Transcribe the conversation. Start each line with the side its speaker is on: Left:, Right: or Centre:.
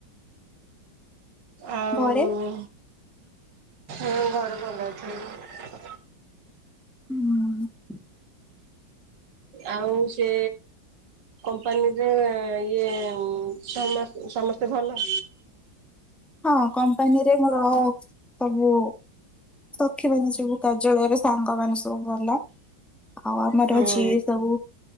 Right: ଆଉ
Centre: ଘରେ
Right: ଆଉ ଘରେ ଭଲ ଅଛନ୍ତି।
Centre: ହୁଁ
Right: ଆଉ ସେ କମ୍ପାନୀରେ ଇଏ ଉ ସମସ୍ତ ସମସ୍ତେ ଭଲ
Centre: ହଁ କମ୍ପାନୀରେ ମୋର ସବୁ ସକ୍ଷୀ ମାନେ ସବୁ କାର୍ଯ୍ୟାଳୟରେ ସାଙ୍ଗମାନେ ସବୁ ଗଲା ଆଉ ଆମର
Right: ହୁଁ
Centre: ଝିଏ ସବୁ